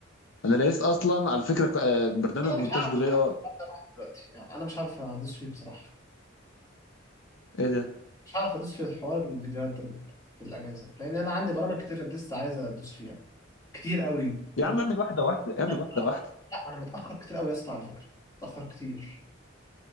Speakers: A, on the left (about 75°); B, on the left (about 20°).
A: انا لقيت اصلا على فكرة آه، برنامج
B: أنا
A: مونتاج
B: مش هعرف
A: بالاي
B: أحضر
A: اي
B: أحضر معاك دلوقتي يعني أنا مش هعرف أدوس فيه بصراحة
A: ايه ده
B: مش هعرف أدوس في الحوار الفيديوهات ده في الأجازة لأن أنا عندي برامج كتير لسه عايز أدوس فيها كتير قوي
A: يا
B: أنا
A: عم اعمل واحدة واحدة اعمل
B: <laughs>
A: واحدة واحدة
B: لا أنا متأخر كتير قوي يا اسطى على فكرة متأخر كتير